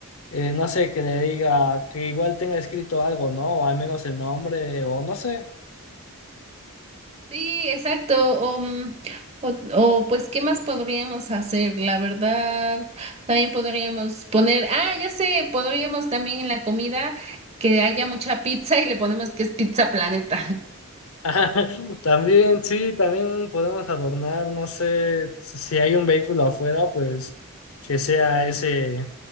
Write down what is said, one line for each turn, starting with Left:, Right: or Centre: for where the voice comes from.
Left: eh, no sé, que le diga que igual tenga escrito algo, ¿no? O al menos el nombre, o no sé.
Right: Sí, exacto. O, mm, o, o, pues, ¿qué más podríamos hacer? La verdad, también podríamos poner, ah, ya sé, podríamos también en la comida que haya mucha pizza y le ponemos que es Pizza Planeta.
Left: <laughs> También, sí, también podemos adornar, no sé, si si hay un vehículo afuera, pues que sea ese,